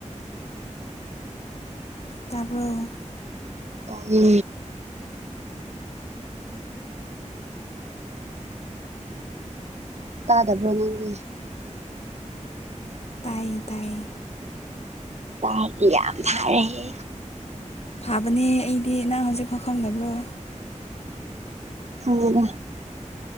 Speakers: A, on the left; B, on the right.
A: ꯇꯥꯔꯕꯔ
B: ꯇꯥꯏ ꯇꯥꯗꯕ꯭ꯔꯣ ꯅꯪꯒꯦ
A: ꯇꯥꯏ ꯇꯥꯏꯦ
B: ꯇꯥꯗꯤ ꯌꯥꯝꯚꯔ ꯍꯦ
A: ꯐꯥꯕꯅꯦ ꯑꯩꯗꯤ ꯅꯪ ꯍꯧꯖꯤꯛ ꯐꯥꯎ ꯐꯪꯗꯕ꯭ꯔꯣ
B: ꯍꯗ